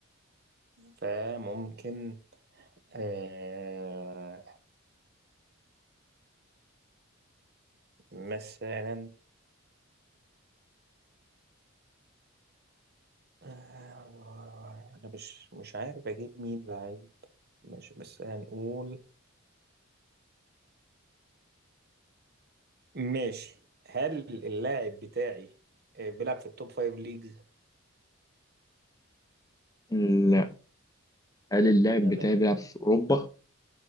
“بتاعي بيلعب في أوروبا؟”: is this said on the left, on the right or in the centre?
Left